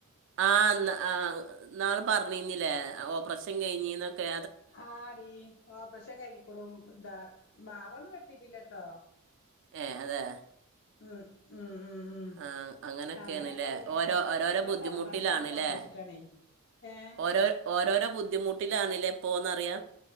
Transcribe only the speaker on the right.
ആഹ ആഹ് ഇന്നാള് പറഞ്ഞിരുന്നില്ലേ ഓപ്പ കഴിഞ്ഞിനൊക്കെ.
ഏഹ് അതെ
ആഹ് അങ്ങനൊക്കെയാണ്ല്ലേ
ഓരോ
ഓരോരോ
ബുദ്ധിമുട്ടിലാണ്ല്ലേ
ഓരോ ഓരോരോ ബുദ്ധിമുട്ടിലാണ്. ല്ലേ പ്പോന്നറിയ.